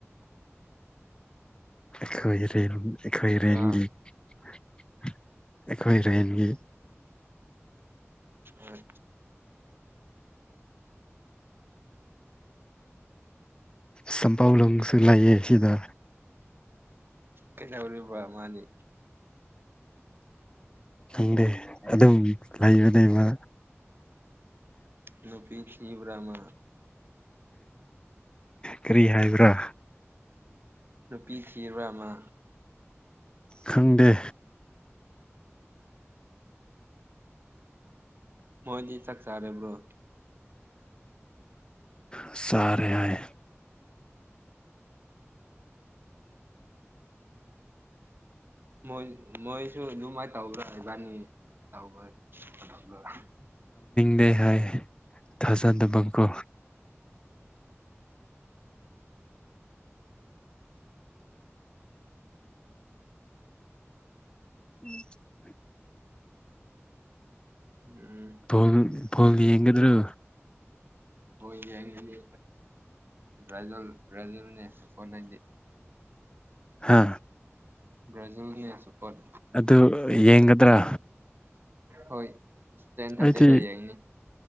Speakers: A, on the left; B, on the right.
A: ꯑꯩꯈꯣꯏꯔꯦꯟ ꯑꯩꯈꯣꯏ ꯏꯔꯦꯟꯒꯤ
B: ꯑꯥ
A: ꯑꯩꯈꯣꯏ ꯔꯦꯟꯒꯤ
B: ꯍꯣꯢ
A: ꯁꯄꯥꯎ ꯂꯨꯡꯁꯨ ꯂꯩꯌꯦ ꯑꯁꯤꯗ
B: ꯀꯩꯩꯗꯧꯔꯤꯕ ꯃꯥꯅꯤ
A: ꯈꯪꯗꯦ ꯑꯗꯨꯝ ꯂꯩꯕꯅꯦ ꯃꯥ
B: ꯅꯨꯄꯤ ꯊꯤꯕ꯭ꯔꯥ ꯃꯥ
A: ꯀꯔꯤ ꯍꯥꯏꯕ꯭ꯔꯥ
B: ꯅꯨꯄꯤ ꯊꯤꯕ꯭ꯔꯥ ꯃꯥ
A: ꯈꯪꯗꯦ
B: ꯃꯣꯢꯗꯤ ꯆꯥꯛ ꯆꯥꯔꯕ꯭ꯔꯣ
A: ꯆꯥꯔꯦ ꯍꯣꯢ
B: ꯃꯣꯏ ꯃꯣꯏꯁꯨ ꯑꯗꯨꯃꯥꯏꯅ ꯇꯧꯕ꯭ꯔꯥ ꯍꯥꯏꯕꯥꯅꯤ ꯇꯧꯕ <unintelligible>
A: ꯀꯦ ꯍꯥꯏ ꯊꯥꯖꯗꯕꯀꯣ ꯎꯝ
B: ꯎꯝ
A: ꯕꯣꯜ ꯕꯣꯜ
B: ꯅꯨꯃꯤꯠ
A: ꯌꯦꯡꯒꯗ꯭ꯔꯣ
B: ꯍꯣꯏ ꯌꯦꯡꯒꯅꯤ ꯕ꯭ꯔꯦꯖꯤꯜ ꯕ꯭ꯔꯦꯖꯤꯜꯅꯦ ꯁꯄꯣꯔꯠ ꯑꯩꯗꯤ
A: ꯍꯥ
B: ꯕ꯭ꯔꯥꯖꯤꯜꯅꯦ ꯁꯞꯄꯣꯔꯠ
A: ꯑꯗꯨ ꯌꯦꯡꯒꯗ꯭ꯔꯥ
B: ꯍꯣꯏ ꯌꯦꯡꯒꯅꯤꯗ
A: ꯑꯩꯗꯤ
B: ꯌꯦꯡꯅꯤ